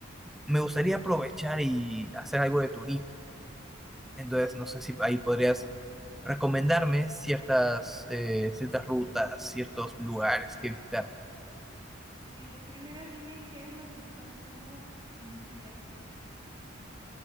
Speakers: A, in the centre; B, on the right.
A: me gustaría aprovechar y hacer algo de turismo. Entonces, no sé si ahí podrías recomendarme ciertas, eh, ciertas rutas, ciertos lugares que visitar.
B: Eh, primero dime qué es lo que estás buscando en este viaje.